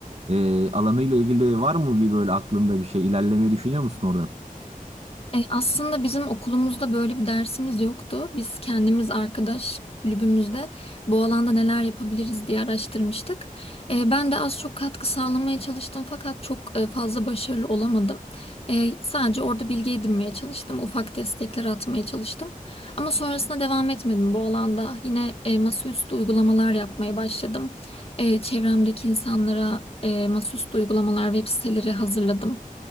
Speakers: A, on the right (about 45°); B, on the left (about 40°).
A: e, alanıyla ilgili var mı bir böyle aklında bir şey ilerlemeyi düşünüyor musun oradan?
B: E, aslında bizim okulumuzda böyle bir dersimiz yoktu. Biz kendimiz arkadaş kulübümüzde bu alanda neler yapabiliriz diye araştırmıştık. E, ben de az çok katkı sağlamaya çalıştım fakat çok e, fazla başarılı olamadım. E, sadece orada bilgi edinmeye çalıştım, ufak destekler atmaya çalıştım. Ama sonrasında devam etmedim bu alanda. Yine e, masaüstü uygulamalar yapmaya başladım. E, çevremdeki insanlara e, masaüstü uygulamalar, web siteleri hazırladım.